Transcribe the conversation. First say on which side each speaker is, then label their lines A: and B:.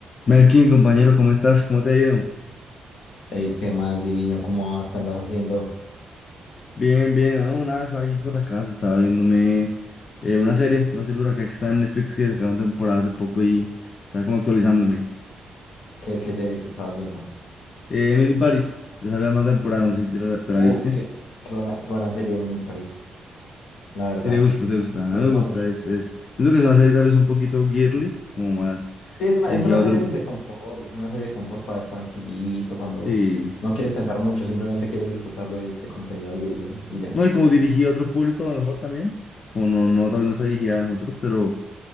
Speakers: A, on the left; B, on the left.
A: Melkin, compañero, ¿cómo estás? ¿Cómo te ha ido?
B: Ey, ¿qué más, Diguiño? ¿Cómo vas? ¿Qué andas haciendo?
A: Bien, bien, no, nada, estaba aquí por la casa, estaba viéndome eh, una serie, una serie por acá que está en Netflix que sacaron temporada hace poco y estaba como actualizándome.
B: ¿Qué, qué serie te estabas viendo?
A: Eh, Emily in Paris, ya salió una temporada, no sé si te la, te la
B: Uf,
A: viste.
B: qué, qué buena, qué buena serie Men in Paris, la verdad.
A: Sí, te gusta, te gusta, a
B: Me
A: mí
B: gusta
A: me gusta,
B: mucho.
A: es, es, siento que es una serie tal vez un poquito girly, como más
B: Sí, es una,
A: dirigida
B: es una
A: a
B: serie
A: otro,
B: de confort, es una serie de confort para ver tranquilito, cuando
A: sí,
B: no quieres pensar mucho, simplemente quieres disfrutar de, de contenido audiovisual y ya.
A: no, y como dirigida a otro público a lo mejor también, como no, no, tal vez no está dirigida a nosotros, pero,